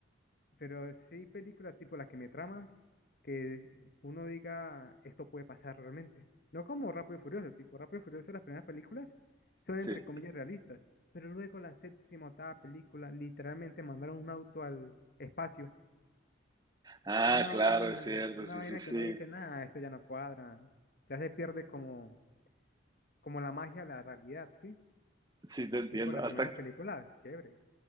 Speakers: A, on the left; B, on the right.
A: pero sí películas tipo las que me traman, que uno diga, esto puede pasar realmente. No como Rápido y Furioso, tipo Rápido y Furioso, las primeras películas son
B: sí.
A: entre comillas realistas, pero luego la séptima, octava película literalmente mandaron un auto al espacio
B: Ah,
A: Una
B: claro,
A: vaina,
B: es cierto,
A: una
B: sí,
A: vaina
B: sí, sí.
A: que uno dice, nada, esto ya no cuadra. Ya se pierde como, como la magia de la realidad, ¿sí?
B: Sí, te entiendo.
A: Y por las
B: Hasta,
A: primeras películas, chévere.